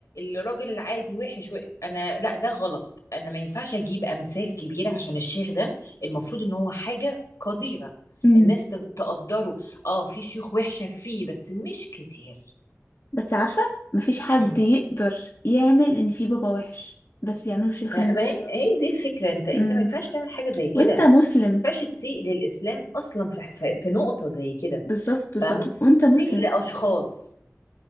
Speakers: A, on the left; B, on the left.
A: الراجل العادي وحش و... انا لا ده غلط انا ما ينفعش اجيب امثال كبيره عشان الشيخ ده المفروض ان هو حاجه قديره
B: مم.
A: الناس ت- تقدره اه في شيوخ وحشه فيه بس مش كتير
B: بس عارفة مفيش حد
A: مم.
B: يقدر يعمل ان في بابا وحش بس بيعملوا شيخ
A: ما,
B: ان
A: ما هي هي دي الفكره انت انت
B: مم.
A: ما ينفعش تعمل حاجه زي كده
B: وانت
A: ما
B: مسلم
A: ينفعش تسيء للاسلام اصلا في في في نقطه زي كده
B: بالظبط بالظبط
A: فاهمه
B: وانت مسلم
A: تسيء لاشخاص